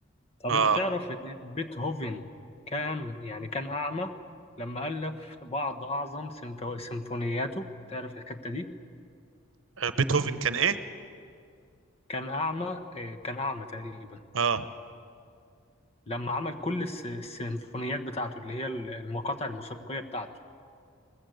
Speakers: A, on the left; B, on the right.
A: طب
B: اه
A: انت تعرف ان بيتهوفن كان يعني كان اعمى لما الف بعض اعظم سيمفو- سيمفونياته تعرف الحته دي
B: بيتهوفن كان ايه
A: كان اعمى آه، كان اعمى تقريبا
B: اه
A: لما عمل كل الس- السيمفونيات بتاعته اللي هي ال- المقاطع الموسيقيه بتاعته